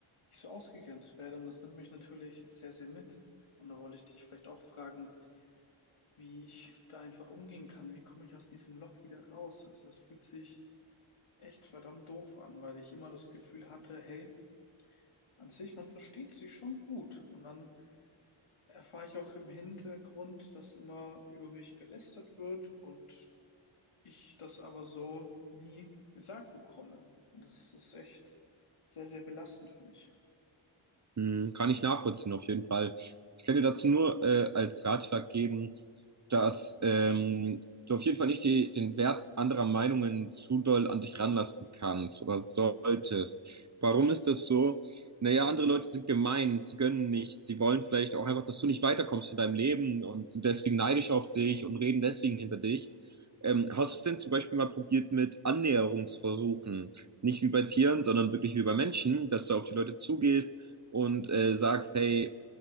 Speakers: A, on the left (about 85°); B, on the right (about 35°).
A: ich so ausgegrenzt werde. Und das nimmt mich natürlich sehr, sehr mit. Und da wollte ich dich vielleicht auch fragen, wie ich da einfach umgehen kann. Wie komme ich aus diesem Loch wieder raus? Also das fühlt sich echt verdammt doof an, weil ich immer das Gefühl hatte, hey, an sich, man versteht sich schon gut. Und dann erfahre ich auch im Hintergrund, dass immer über mich gelästert wird und ich das aber so nie gesagt bekomme. Und das ist echt sehr, sehr belastend für mich.
B: Hm, kann ich nachvollziehen, auf jeden Fall. Ich kann dir dazu nur äh, als Ratschlag geben, dass ähm, du auf jeden Fall nicht die, den Wert anderer Meinungen zu doll an dich ranlassen kannst oder solltest. Warum ist das so? Naja, andere Leute sind gemein, sie gönnen nicht, sie wollen vielleicht auch einfach, dass du nicht weiterkommst in deinem Leben und sind deswegen neidisch auf dich und reden deswegen hinter dich. Ähm, hast du es denn zum Beispiel mal probiert mit Annäherungsversuchen? Nicht wie bei Tieren, sondern wirklich wie bei Menschen, dass du auf die Leute zugehst, und äh, sagst, hey,